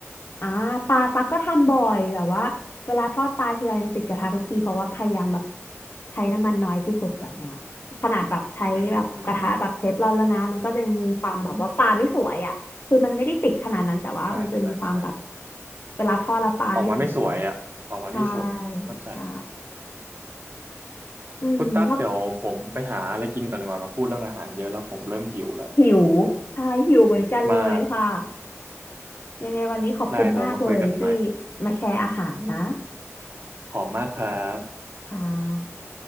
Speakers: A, on the left; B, on the right.
A: อ่าปลาตักก็ทำบ่อยแต่ว่าเวลาทอดปลาทีไรมันติดกระทะทุกทีเพราะว่าพยายามแบบใช้น้ำมันน้อยที่สุดแบบเนี้ยขนาดแบบใช้แบบกระทะแบบเชฟร้อนแล้วนะมันก็ยังมีความแบบว่าปลาไม่สวยอ่ะคือมันไม่ได้ติดขนาดนั้นแต่ว่ามันจะมีความแบบ
B: อืมใช่ใช่ใช่
A: เวลาทอดแล้วปลาไม่สวย
B: ออกมาไม่สวยอ่ะออกมาไม่สวยเข้าใจ
A: ใช่ใช่อืมถ้า
B: คุณตั๊กเดี๋ยวผมไปหาอะไรกินก่อนดีกว่าเราพูดเรื่องอาหารเยอะแล้วผมเริ่มหิวแล้ว
A: หิวใช่หิวเหมือนกันเลยค่ะ
B: มาก
A: ยังไงวันนี้ขอบคุณมากเลยที่
B: ได้เดี๋ยวเรามาคุยกันใหม่
A: มาแชร์อาหารนะ
B: ขอบคุณมากครับ
A: ค่ะ